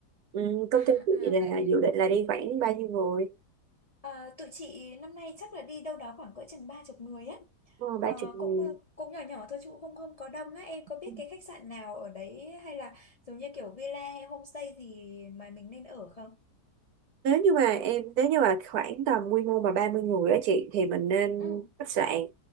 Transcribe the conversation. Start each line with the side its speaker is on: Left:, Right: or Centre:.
Right: ừ, công
Left: à,
Right: ty chị
Left: à
Right: là
Left: vậy
Right: dự định là đi khoảng bao nhiêu người
Left: À, tụi chị năm nay chắc là đi đâu đó khoảng cỡ chừng ba chục người á
Right: Ờ,
Left: Ờ,
Right: ba chục người
Left: cũng ờ, cũng nhỏ nhỏ thôi chứ cũng không không có đông á em có biết
Right: Ừ.
Left: cái khách sạn nào ở đấy hay là giống như kiểu villa hay homestay gì mà mình nên ở không?
Right: nếu như mà em nếu như mà khoảng tầm quy mô mà 30 người á chị thì mình nên
Left: Ừ.
Right: khách sạn